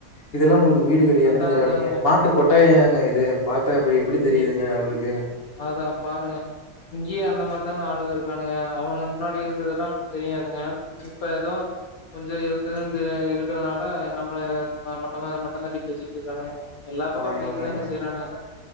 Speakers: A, on the left; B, on the left.
A: இதெல்லா உங்களுக்கு வீடு கெடயாதுங்றானுக
B: அதா அதாங்க
A: மாட்டு கொட்டாயாங்க இது. பாத்தா எப்டி எப்டி தெரிதுங்க
B: ம்
A: அவுருக்கு
B: அதா பாருங்க இங்கேயே அந்த மாரிதாங்க ஆளுக இருக்கானுக அவனுங்க முன்னாடி இருந்ததெல்லா அவுங்களுக்கு தெரியாதுங்க இப்ப ஏதோ கொஞ்சோ இருக்குதுன்தே இருக்கறனால நம்மள மொட்டமா மட்டந்தட்டி பேசிட்டு இருக்றாணுக எல்லா பக்கோ
A: ஆமாங்க
B: அப்டி இருக்கதானே செய்றானுக